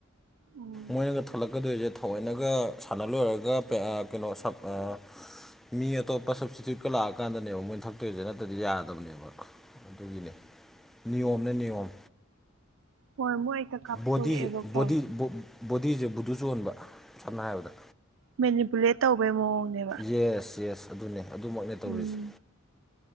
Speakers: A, on the right; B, in the centre.
A: ꯎꯝ
B: ꯃꯣꯏꯅꯒ ꯊꯛꯂꯛꯀꯗꯣꯏꯖꯦ ꯅꯒ ꯁꯥꯟꯅ ꯂꯣꯏꯔꯒ ꯑ ꯀꯩꯅꯣ ꯁꯞ ꯑ ꯃꯤ ꯑꯇꯣꯞꯄ ꯁꯞꯁꯇꯤꯇ꯭ꯌꯨꯠꯀ ꯂꯥꯛꯑꯀꯥꯟꯗꯅꯦꯕ ꯃꯣꯏꯅ ꯊꯛꯇꯣꯏꯖꯦ ꯅꯠꯇ꯭ꯔꯗꯤ ꯌꯥꯗꯕꯅꯦꯕ ꯑꯗꯨꯒꯤꯅꯦ ꯅꯤꯌꯣꯝꯅꯦ ꯅꯤꯌꯣꯝ
A: ꯍꯣꯏ ꯃꯣꯏ ꯀꯥꯞꯊꯣꯔꯛꯑꯦꯕꯀꯣ
B: ꯕꯣꯗꯤꯖꯦ ꯕꯣꯗꯤꯖꯦ ꯕꯣ ꯕꯣꯗꯤꯖꯦ ꯕꯨꯗꯨ ꯆꯨꯍꯟꯕ ꯁꯝꯅ ꯍꯥꯏꯔꯕꯗ
A: ꯃꯦꯅꯤꯄꯨꯂꯦꯠ ꯇꯧꯕꯩ ꯃꯑꯣꯡꯅꯦ
B: ꯌꯦꯁ ꯌꯦꯁ ꯑꯗꯨꯅꯦ ꯑꯗꯨꯃꯛꯅꯦ ꯇꯧꯔꯤꯁꯦ
A: ꯎꯝ